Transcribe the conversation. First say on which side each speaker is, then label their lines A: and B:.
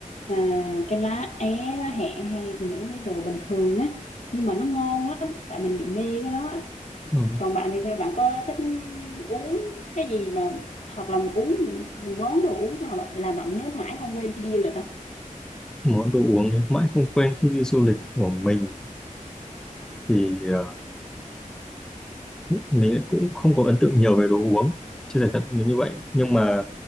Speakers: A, on the left; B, in the centre.
A: à, cái lá é lá hẹ hay những cái đồ bình thường á nhưng mà nó ngon lắm tại mình bị mê cái đó á.
B: Ừ.
A: còn bạn thì sao bạn có thích uống cái gì mà hoặc là uống món đồ uống nào mà là bạn nhớ mãi không quên khi đi du lịch không
B: món đồ uống nhá, mãi không quên khi đi du lịch của mình thì ờ, mình lại cũng không có ấn tượng nhiều về đồ uống chưa giải thật là như vậy nhưng mà